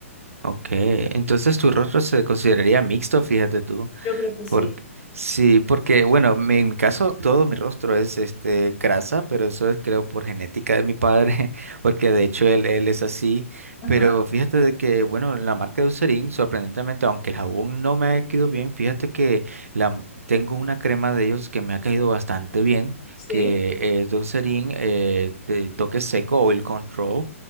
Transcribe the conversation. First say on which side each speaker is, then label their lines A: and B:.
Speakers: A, on the right; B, on the left.
A: ok. Entonces tu rostro se consideraría mixto, fíjate tú.
B: Yo creo que
A: Por,
B: sí.
A: sí, porque, bueno, mi- en mi caso todo mi rostro es este grasa, pero eso es creo por genética de mi padre, <laughs> porque de hecho él, él es así.
B: Ajá,
A: Pero fíjate de que, bueno, la marca de Eucerin, sorprendentemente, aunque el jabón no me ha quedado bien, fíjate que la, m- tengo una crema de ellos que me ha caído bastante bien,
B: sí,
A: que es de Eucerin, eh, de toque seco, Oil Control.